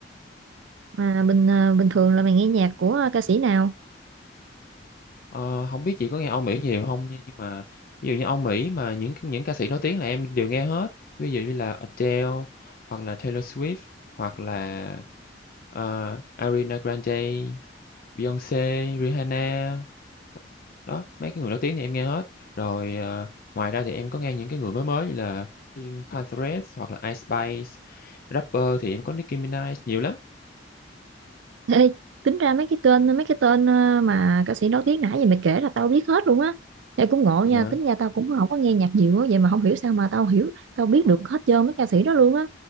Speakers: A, on the right; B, on the left.
A: mà bình à, bình thường là mày nghe nhạc của à, ca sĩ nào
B: Ờ, hổng biết chị có nghe Âu Mỹ nhiều không nha, nhưng mà ví dụ như Âu Mỹ mà những những ca sĩ nổi tiếng là em đều nghe hết, ví dụ như là Adele hoặc là Taylor Swift, hoặc là, ờ, Ariana Grande, Beyoncé, Rihanna. Đó, mấy cái người nổi tiếng thì em nghe hết. Rồi, ờ, ngoài ra thì em có nghe những cái người mới mới như là Pink Pantheress hoặc là Ice Spice, rapper thì em có Nicki Minaj, nhiều lắm.
A: Ê, tính ra mấy cái kênh mấy cái tên ờ, mà ca sĩ nổi tiếng nãy giờ mày kể là tao biết hết luôn á Ê cũng ngộ
B: Vậy
A: nha
B: hả?
A: tính ra tao cũng không có nghe nhạc nhiều á vậy mà không hiểu sao mà tao hiểu tao biết được hết trơn mấy ca sĩ đó luôn á